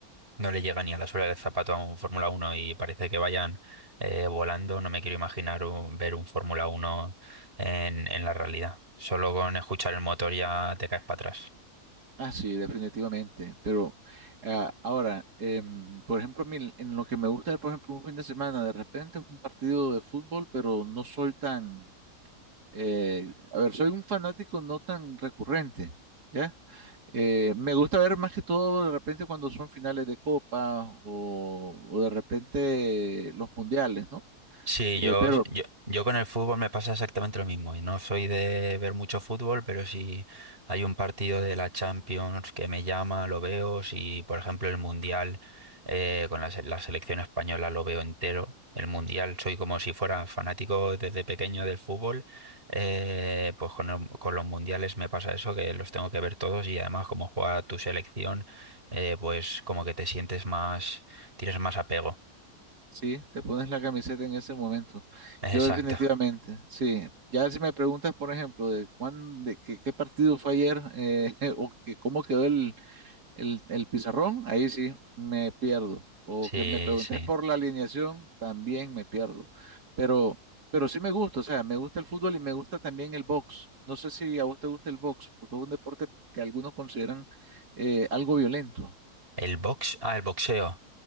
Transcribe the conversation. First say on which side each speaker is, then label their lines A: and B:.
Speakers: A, on the right; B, on the right.
A: no le llega ni a la suela del zapato a un Fórmula uno y parece que vayan eh, volando. No me quiero imaginar un- ver un Fórmula uno en, en la realidad. Solo con escuchar el motor ya te caes para atrás.
B: ah, sí, definitivamente. Pero ah, ahora, em, por ejemplo, a mí en lo que me gusta, ver, por ejemplo, un fin de semana, de repente es un partido de fútbol, pero no soy tan, eh, a ver, soy un fanático no tan recurrente, ¿ya? Eh, me gusta ver más que todo de repente cuando son finales de copa o, o de repente los mundiales, ¿no?
A: Sí,
B: Eh,
A: yo,
B: pero
A: yo, yo con el fútbol me pasa exactamente lo mismo. Y no soy de ver mucho fútbol, pero si hay un partido de la Champions que me llama, lo veo. Si, por ejemplo, el Mundial eh, con la, se- la selección española lo veo entero. El Mundial, soy como si fuera fanático desde pequeño del fútbol. eh, pues con, el- con los mundiales me pasa eso, que los tengo que ver todos y además como juega tu selección, eh, pues como que te sientes más, tienes más apego.
B: sí, te pones la camiseta en ese momento.
A: <laughs> Exacto.
B: Yo definitivamente, sí. Ya si me preguntas, por ejemplo, de cuán, de qué, qué partido fue ayer eh, <laughs> o que cómo quedó el, El, el pizarrón, ahí sí me pierdo. O
A: Sí,
B: que me preguntes
A: sí.
B: por la alineación, también me pierdo. Pero, pero sí me gusta, o sea, me gusta el fútbol y me gusta también el box. No sé si a vos te gusta el box, porque es un deporte que algunos consideran eh, algo violento.
A: El box, ah, el boxeo.